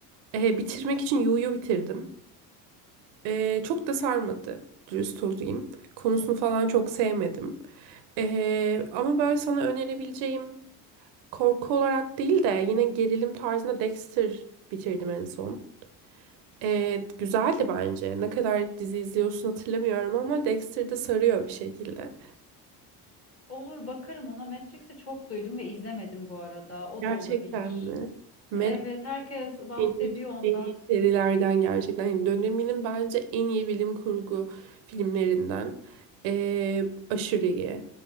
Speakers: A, on the right (about 60°); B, on the left (about 30°).
A: e, bitirmek için Yu'yu bitirdim. Ee, çok da sarmadı. Dürüst olayım. Konusunu falan çok sevmedim. Ee, ama böyle sana önerebileceğim Korku olarak değil de yine gerilim tarzında Dexter bitirdim en son. Ee, güzeldi bence. Ne kadar dizi izliyorsun hatırlamıyorum ama Dexter de sarıyor bir şekilde.
B: Olur bakarım ona. Matrix'i çok duydum ve izlemedim bu arada. O
A: Gerçekten
B: da olabilir.
A: mi? Mad
B: Evet herkes bahsediyor
A: en iyi,
B: ondan.
A: en iyi serilerden gerçekten. Yani döneminin bence en iyi bilim kurgu filmlerinden. Ee, aşırı iyi.